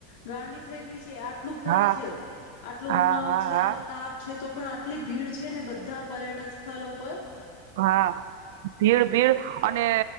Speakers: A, on the left (about 85°); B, on the right (about 70°).
A: ગા થઈ ગઈ છે આ આટલું ફરે
B: હા
A: છે, આટલો
B: હા
A: ઉનાળો
B: હા
A: છે
B: હા
A: આટલો તાપ છે તો પ પણ આટલી ભીડ છે ને બધા પર્યટક સ્થળો પર.
B: હા ભીડ ભીડ અને